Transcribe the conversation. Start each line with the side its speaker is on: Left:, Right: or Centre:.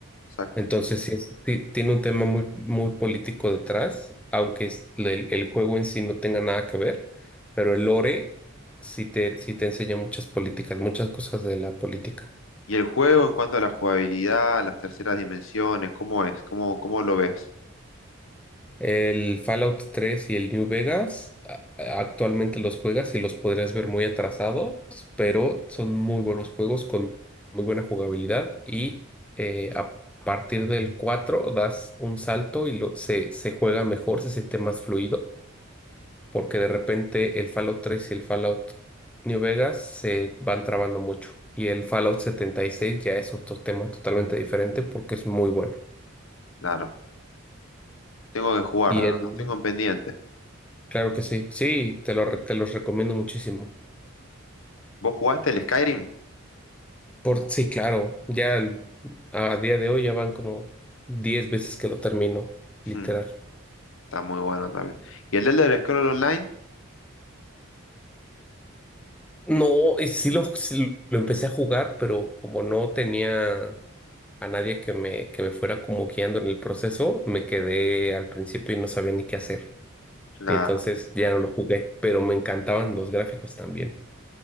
Left: exacto.
Centre: Entonces, sí, es- sí tiene un tema muy, muy político detrás, aunque es- el, el juego en sí no tenga nada que ver, pero el lore sí te, sí te enseña muchas políticas, muchas cosas de la política.
Left: ¿Y el juego en cuanto a la jugabilidad, las terceras dimensiones, cómo es? ¿Cómo, cómo lo ves?
Centre: El Fallout 3 y el New Vegas a- a- actualmente los juegas y los podrías ver muy atrasados, pero son muy buenos juegos con muy buena jugabilidad y eh, a partir del 4 das un salto y lo, se, se juega mejor, se siente más fluido porque de repente el Fallout 3 y el Fallout New Vegas se van trabando mucho. Y el Fallout 76 ya es otro tema totalmente diferente porque es muy bueno.
Left: Claro, tengo que jugarlo,
Centre: Y
Left: lo
Centre: el,
Left: lo tengo en pendiente.
Centre: claro que sí, sí, te lo, re- te los recomiendo muchísimo.
Left: ¿Vos jugaste el Skyrim?
Centre: Por, sí, claro, ya el- a día de hoy ya van como 10 veces que lo termino, literal.
Left: Hmm, está muy bueno también. ¿Y el Elder Scrolls Online?
Centre: No, eh, sí lo, sí lo empecé a jugar, pero como no tenía a nadie que me, que me fuera como guiando en el proceso, me quedé al principio y no sabía ni qué hacer.
Left: Claro,
Centre: Y entonces ya no lo jugué, pero me encantaban los gráficos también.